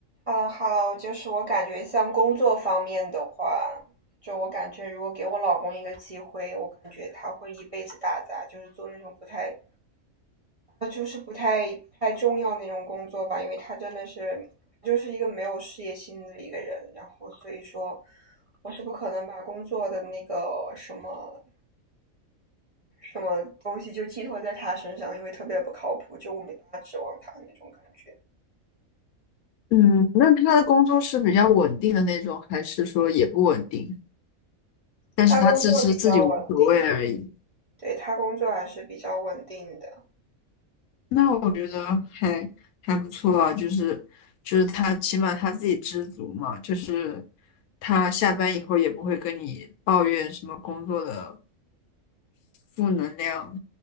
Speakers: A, on the right; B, on the left.
A: 哈喽哈喽，就是我感觉像工作方面的话，就我感觉如果给我老公一个机会，我感觉他会一辈子打杂，就是做那种不太，他就是不太不太重要那种工作吧，因为他真的是就是一个没有事业心的一个人，然后所以说我是不可能把工作的那个什么什么东西就寄托在他身上，因为特别不靠谱，就我没办法指望他那种感觉。
B: 嗯，那他的工作是比较稳定的那种，还是说也不稳定？但是他自知自己无所谓而已。
A: 他工作比较稳定，对，他工作还是比较稳定的。
B: 那我觉得还还不错啊，就是就是他起码他自己知足嘛，就是他下班以后也不会跟你抱怨什么工作的负能量，